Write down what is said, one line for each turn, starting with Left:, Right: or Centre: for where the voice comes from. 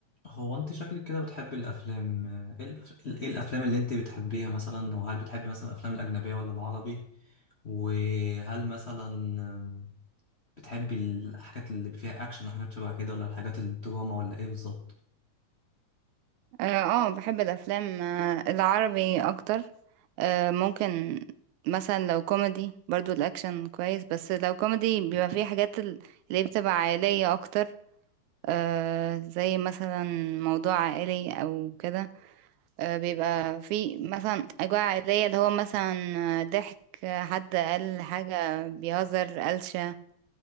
Left: هو انت شكلك كده بتحب الافلام آه، ايه الأف- إيه الافلام اللي انت بتحبيها مثلا وهل بتحبي مثلا الافلام الاجنبيه ولا العربي وهل مثلا آه، بتحبي الحاجات اللي فيها اكشن وحاجات شبه كده ولا الحاجات الدراما ولا ايه بالظبط
Right: اه آه، بحب الافلام آه، العربي اكتر آه، ممكن مثلا لو كوميدي برضو الاكشن كويس بس لو كوميدي بيبقى فيه حاجات ال- اللي بتبقى عائلية اكتر آه، زي مثلا موضوع عائلي او كده آه، بيبقى فيه مثلا اجواء عائلية اللي هو مثلا آه، ضحك آه، حد قال حاجة بيهزر قلشة